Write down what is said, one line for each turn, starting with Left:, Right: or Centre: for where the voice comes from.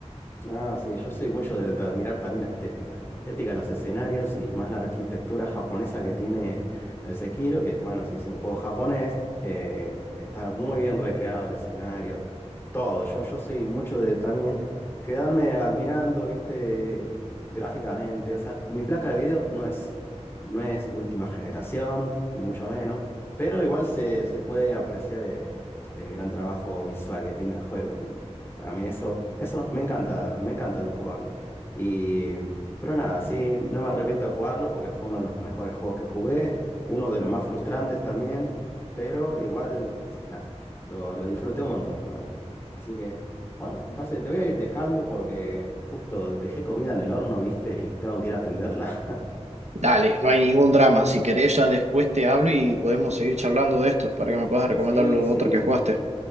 Left: Ah, sí, yo soy mucho de, de admirar también la estética, la estética de los escenarios y más la arquitectura japonesa que tiene el Sekiro, que bueno, si es un juego japonés, eh, está muy bien recreado el escenario, todo. Yo, yo soy mucho de también quedarme admirando, viste, gráficamente. O sea, mi placa de video no es, no es última generación, ni mucho menos, pero igual se, se puede apreciar el, el gran trabajo visual que tiene el juego. A mí eso, eso me encanta, me encanta de un juego a mí. Y, pero nada, sí, no me arrepiento de jugarlo porque fue uno de los mejores juegos que jugué, uno de los más frustrantes también, pero igual, nada, lo, lo disfruté un montón, la verdad. Así que, bueno, me parece que te voy a ir dejando porque justo dejé comida en el horno, ¿viste? Y tengo que ir a atenderla. <laughs>
Right: Dale, no hay ningún drama. Si querés, ya después te hablo y podemos seguir charlando de esto para que me puedas recomendar
Left: Sí,
Right: lo
Left: sí,
Right: otro que jugaste.